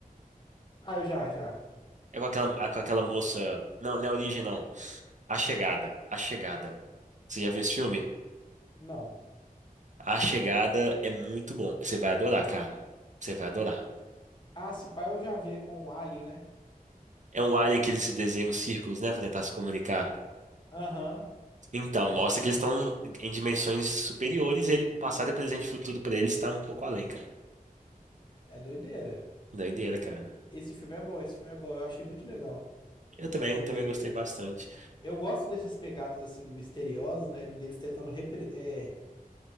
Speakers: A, on the left; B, on the right.
A: Ah, eu já, já.
B: É com aquela, é com aquela moça. Não, não é A Origem, não. A Chegada, A Chegada. Você já viu esse filme?
A: Não.
B: A Chegada é muito bom. Você vai adorar, cara. Você vai adorar.
A: Ah, se pá, eu já vi com o Alien, né?
B: É um alien que eles desenham círculos, né, pra tentar se comunicar.
A: Aham.
B: Então, mostra que eles estão em dimensões superiores, e ele, o passado e o presente e o futuro pra eles tá um pouco além, cara.
A: É doideira.
B: Doideira, cara.
A: Esse filme é bom, esse filme é bom. Eu achei muito legal.
B: Eu também,
A: Lembrei
B: eu também gostei
A: dele.
B: bastante.
A: Eu gosto dessas pegadas assim misteriosas, né? Deles tentando repre- é,